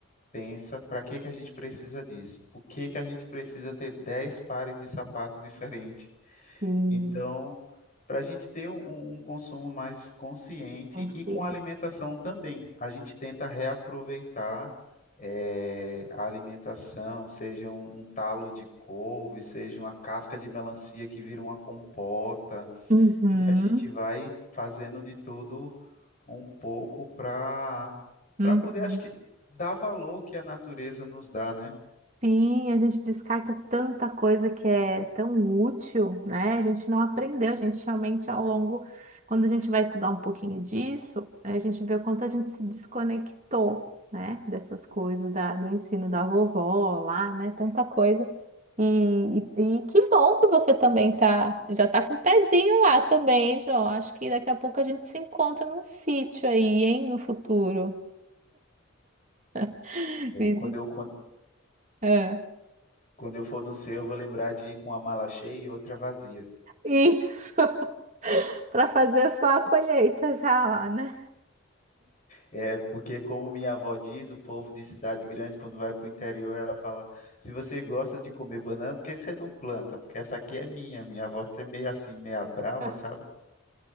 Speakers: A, on the left; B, on the right.
A: pensa, para que que a gente precisa disso? Por que que a gente precisa ter 10 pares de sapatos diferentes?
B: Sim,
A: Então, para a gente ter um, um um consumo mais consciente
B: consciente.
A: e com alimentação também, a gente tenta reaproveitar eh, a alimentação, seja um, um talo de couve, seja uma casca de melancia que vira uma compota.
B: Uhum.
A: E a gente vai fazendo de tudo um pouco para
B: Uhum.
A: para poder, acho que, dar valor que a natureza nos dá, né?
B: Sim, a gente descarta tanta coisa que é tão útil, né? A gente não aprendeu, a gente realmente ao longo, quando a gente vai estudar um pouquinho disso, a gente vê o quanto a gente se desconectou, né? Dessas coisas da, do ensino da vovó lá, né? Tanta coisa. E, e, e que bom que você também tá, já tá com o pezinho lá também, hein, João. Acho que daqui a pouco a gente se encontra num sítio aí, hein? No futuro. <laughs>
A: É,
B: Visi-
A: quando eu, quan-
B: Ah,
A: quando, eu for no céu, eu vou lembrar de ir com uma mala cheia e outra vazia.
B: Isso. Para fazer só a colheita já lá, né?
A: É, porque, como minha avó diz, o povo de cidade grande, quando vai para o interior, ela fala: se você gosta de comer banana, por que você não planta? Porque essa aqui é minha. Minha avó é meio assim, meia brava,
B: <laughs>
A: sabe?